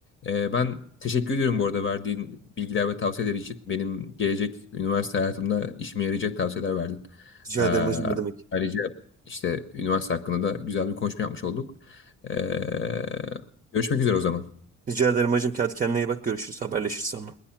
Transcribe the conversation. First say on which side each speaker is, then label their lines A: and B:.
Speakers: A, on the left; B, on the right.
A: Ee, ben teşekkür ediyorum bu arada verdiğin bilgiler ve tavsiyeler için. Benim gelecek üniversite hayatımda işime yarayacak tavsiyeler verdin.
B: Rica
A: Ee,
B: ederim hacım ne demek.
A: ayrıca işte üniversite hakkında da güzel bir konuşma yapmış olduk. Ee, görüşmek üzere o zaman.
B: Rica ederim hacım. Hadi kendine iyi bak görüşürüz haberleşiriz sonra.